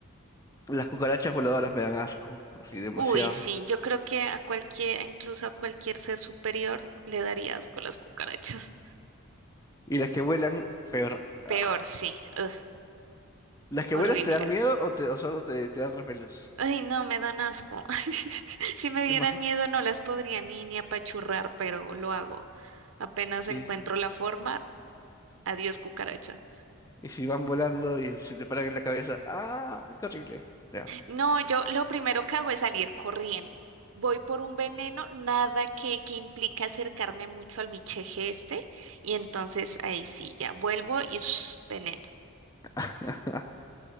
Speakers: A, on the left; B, on the right.
A: las cucarachas voladoras me dan asco, así demasiado.
B: Uy, sí, yo creo que a cualquier, incluso a cualquier ser superior, le daría asco las cucarachas.
A: Y las que vuelan, peor. ah.
B: Peor, sí. Ugh,
A: ¿Las que
B: horribles.
A: vuelas te dan miedo o, te, o solo te, te dan repelús?
B: Ay, no, me dan asco. <laughs> Si me dieran
A: Imagínate.
B: miedo no las podría ni, ni apachurrar, pero lo hago. Apenas encuentro
A: Y,
B: la forma, adiós cucaracha.
A: y si van volando y se te paran en la cabeza, ¡ah! ¡Qué horrible! Ya.
B: No, yo lo primero que hago es salir corriendo. Voy por un veneno, nada que, que implica acercarme mucho al bicheje este, y entonces ahí sí, ya vuelvo y <sniffs> veneno.
A: <laughs>